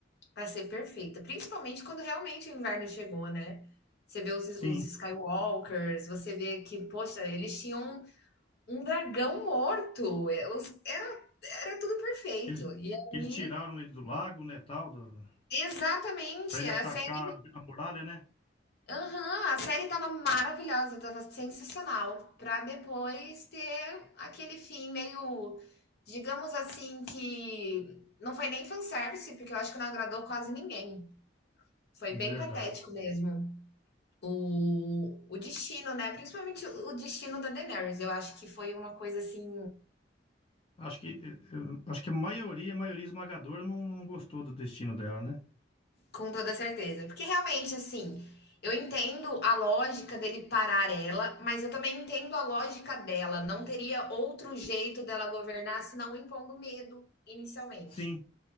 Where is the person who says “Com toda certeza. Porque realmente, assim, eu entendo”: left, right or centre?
Left